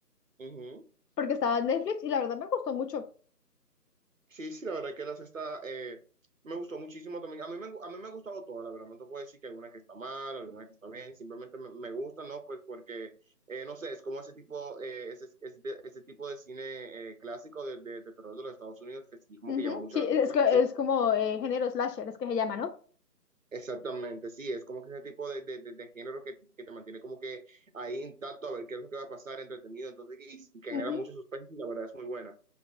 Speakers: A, on the right; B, on the left.
A: Ujú.
B: porque estaba en Netflix y la verdad me gustó mucho.
A: Sí, sí, la verdad que la cesta eh, me gustó muchísimo también. A mí me, a mí me ha gustado toda, la verdad. No te puedo decir que hay una que está mal, alguna que está bien. Simplemente me, me gusta, ¿no? Pues porque, eh, no sé, es como ese tipo, eh, ese, ese, ese tipo de cine eh, clásico de, de, de terror de los Estados Unidos que sí, como
B: Ujú,
A: que llama mucho
B: Sí,
A: la atención,
B: es, que-
A: sí.
B: es como eh, género slasher, es que se llama, ¿no?
A: Exactamente, sí. Es como que ese tipo de, de, de, de género que, que te mantiene como que ahí intacto a ver qué es lo que va a pasar, entretenido. Entonces, y, y que
B: Ujú,
A: genera mucho suspenso y la verdad es muy buena.